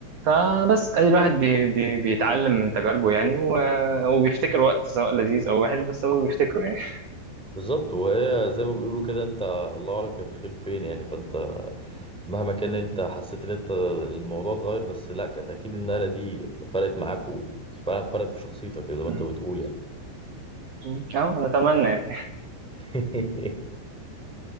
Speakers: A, on the right; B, in the centre.
A: فبس ادي الواحد بي بي بيتعلم من تجاربه يعني و- وبيفتكر وقت سواء لذيذ او وحش بس هو بيفتكره يعني
B: بالظبط وهي زي ما بيقولوا كده انت الله اعلم كان الخير فين يعني فانت مهما كان انت حسيت ان انت الموضوع اتغير بس لا كانت اكيد النقله دي فرقت معاك وفعلا فرقت في شخصيتك زي ما
A: مم.
B: انت
A: مم.
B: بتقول
A: <laughs> اه اتمنى يعني
B: يعني <laughs>